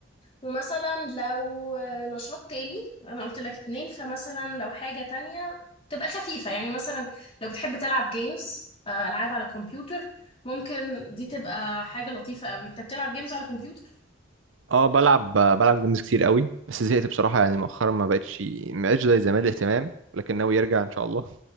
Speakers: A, on the left; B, on the right.
A: ومثلا لو آه، نشاط تاني انا قلت لك اتنين فمثلا لو حاجه تانية تبقى خفيفه يعني مثلا لو بتحب تلعب جيمز العاب على كمبيوتر ممكن دي تبقى حاجه لطيفه قوي انت بتلعب جيمز على كمبيوتر
B: اه بلعب بلعب جيمز كتير قوي بس زهقت بصراحة يعني مؤخرا ما بقتش ما بقتش زي زمان الاهتمام ولكن ناوي يرجع ان شاء الله